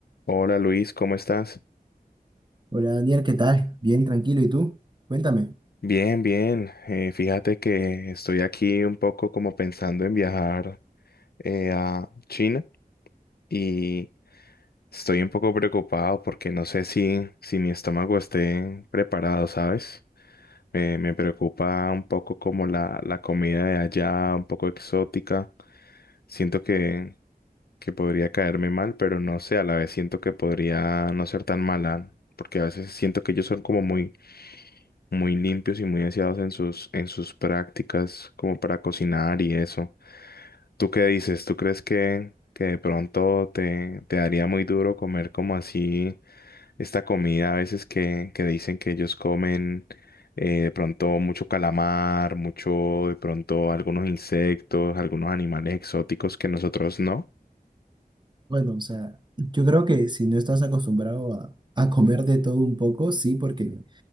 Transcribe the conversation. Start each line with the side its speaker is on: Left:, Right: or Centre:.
Left: Hola Luis, ¿cómo estás?
Right: Hola Daniel, ¿qué tal? Bien, tranquilo. ¿Y tú? Cuéntame.
Left: Bien, bien. Eh, fíjate que estoy aquí un poco como pensando en viajar eh, a China y estoy un poco preocupado porque no sé si, si mi estómago esté preparado, ¿sabes? Me, me preocupa un poco como la, la comida de allá, un poco exótica. Siento que, que podría caerme mal, pero no sé, a la vez siento que podría no ser tan mala, porque a veces siento que ellos son como muy muy limpios y muy aseados en sus, en sus prácticas, como para cocinar y eso. ¿Tú qué dices? ¿Tú crees que, que de pronto te, te daría muy duro comer como así esta comida a veces que, que dicen que ellos comen eh, de pronto mucho calamar, mucho de pronto algunos insectos, algunos animales exóticos que nosotros no?
Right: Bueno, o sea, yo creo que si no estás acostumbrado a, a comer de todo un poco, sí, porque